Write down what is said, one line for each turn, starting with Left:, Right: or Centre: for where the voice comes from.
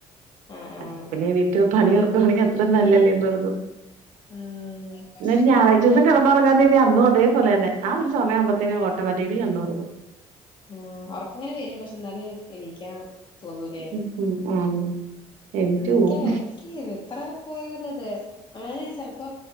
Left: ആഹ് ആഹ്
Right: അല്ല പിന്നെ എണീറ്റ് പണി എടുക്കുവാണെങ്കി അത്ര നല്ലേല്ലെന്നു ഓർക്കും
Left: ഉം ഭയങ്കരം
Right: എന്നാച്ച ഞായറായ്ച്ചൂസം കെടന്നൊറങ്ങാതീതി അന്നും അതേ പേലെന്നെ ആഹ് ഒരു സമയംകുമ്പോത്തേനും ഓട്ടമാറ്റിക്കിലി കണ്ണ് തുറന്നു
Left: ആഹ് ഒറക്കിങ്ങനെ വെരും പക്ഷെ എന്നാലും എനീക്കാ തോന്നൂലേ
Right: ഉം ഉം ആഹ് എണീറ്റ്
Left: ഇക്ക
Right: പോവും.
Left: ഇക്കീത് ത്ര പോയാലതേ അങ്ങനെ ചെലപ്പോ